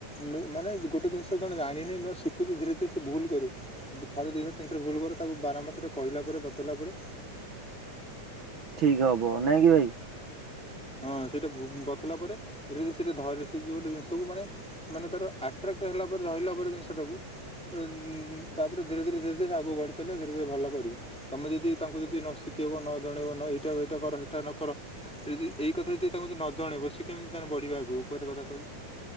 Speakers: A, in the centre; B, on the right.
A: ନୁ ମାନେ ଗୋଟେ ଜିନ୍ଷ ଜଣେ ଜାଣିନି ନୂଆ ଶିଖୁଛି ଧୀରେ ଧୀରେ ସେ ଭୁଲ୍ କରିବ ଥରେ ଦିଥର ତିନ୍ ଥର ଭୁଲ୍ କରିବ ତାକୁ ବାରମ୍ବାର୍ ସେଟା କହିଲା ପରେ ବତେଇଲା ପରେ
B: ଠିକ୍ ହବ ନାଇଁକି ଭାଇ?
A: ହଁ ସେଇଟା ବୁ ବତେଇଲା ପରେ ଧୀରେ ଧୀରେ ସେରେ ଧରିବ ସେ ଯଦି ଗୋଟେ ଜିନ୍ଷକୁ ମାନେ ମାନେ ତାର ଆଟ୍ରାକ୍ଟ୍ ହେଲା ପରେ ଧଇଲା ପରେ ଜିନ୍ଷଟାକୁ <unintelligible> ତାପରେ ଧୀରେ ଧୀରେ ଆଗକୁ ସିଏ ବଢ଼ି ଚାଲିବ ଧୀରେ ଧୀରେ ଭଲ କରିବ। ତମେ ଯଦି ତାଙ୍କୁ ଯଦି ନ ଶିଖେଇବ ନ ଜଣେଇବ ନ ଏଇଟା ଏଇଟା କର ହେଟା ନ କର ଏଇ ଯଦି ଏଇ କଥା ଯଦି ତାଙ୍କୁ ଯଦି ନ ଜଣେଇବ ସିଏ କେମିତି ତା ହେଲେ ବଢ଼ିବେ ଆଗକୁ ଗୋଟେ କଥା କହିଲୁ?